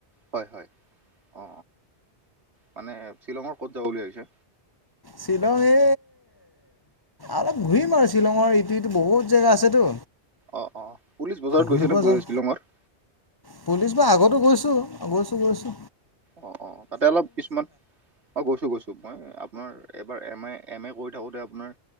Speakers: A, on the right; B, on the left.
A: হয় হয় অ মানে শ্বিলঙৰ ক'ত যাব বুলি ভাবিছা
B: শ্বিলং এ অলপ ঘূৰিম আৰু শ্বিলঙৰ ইটো সিটো বহুত জেগা আছেতো।
A: অ অ পুলিচ বজাৰত
B: ঘূৰিব
A: গৈছেনে পুলিচ
B: যাম
A: শ্বিলঙৰ।
B: পুলিচ বা আগতো গৈছো, গৈছো গৈছো।
A: অ অ তাতে অলপ কিছুমান অ গৈছো গৈছো মই আপোনাৰ এবাৰ এম এ এম এ কৰি থাকোতে আপোনাৰ